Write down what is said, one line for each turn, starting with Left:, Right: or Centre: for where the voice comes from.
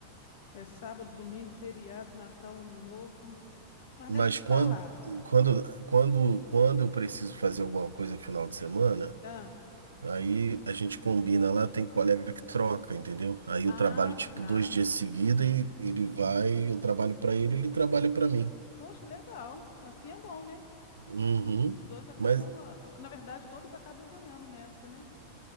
Left: É sábado, domingo, feriado, Natal, Ano Novo. Mas
Right: Mas
Left: deixa eu te
Right: quando,
Left: falar.
Right: quando, quando,
Left: Hum.
Right: quando eu preciso fazer alguma coisa final de semana,
Left: Ah.
Right: aí a gente combina lá, tem colega que troca, entendeu? Aí eu
Left: Ah,
Right: trabalho tipo
Left: tá.
Right: dois dias seguidos e ele vai, eu trabalho para ele, ele trabalha para mim.
Left: Poxa, legal. Assim é bom, né?
Right: Uhum.
Left: Os dois acabam,
Right: Mas,
Left: ah, na verdade, todos acabam ganhando nessa, né?